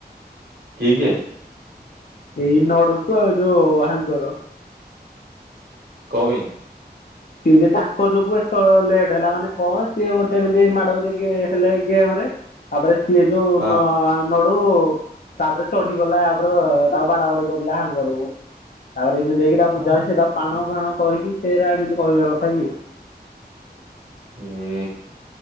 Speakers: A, on the right; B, on the left.
A: କିଏ-କିଏ?
B: ଏଇ ନଡୁକୁ ଆଉ ଯୋଉ ହାଙ୍ଗର।
A: କୱେ।
B: ସିଏ ଯେ ତାଙ୍କ ଯୋଗୁ ଏତେବେଳେ ଲେଟ ହେଲା ମାନେ କଣ ସିଏ ଗୋଟେ ଏମିତି ମାଡ ହେଲେ ଗେମରେ। ତାପରେ ସିଏ ଯୋଉ-
A: ହଁ
B: ନଡୁ ତାପରେ ଚଢିଗଲା ଉପରେ ତାକୁ ବାଡା ବାଡି କରିଦଲା ହାଙ୍ଗରକୁ। ତାପରେ ଏମିତି ଯକି ତା
A: ହଁ
B: ବୁଝା ହଉଛି ସେଇ ତାା ପାଣ ଫାଣ କହିକି ସେଇଟା ଏମିତି କହିବା କଥା କି?
A: ହୁଁ।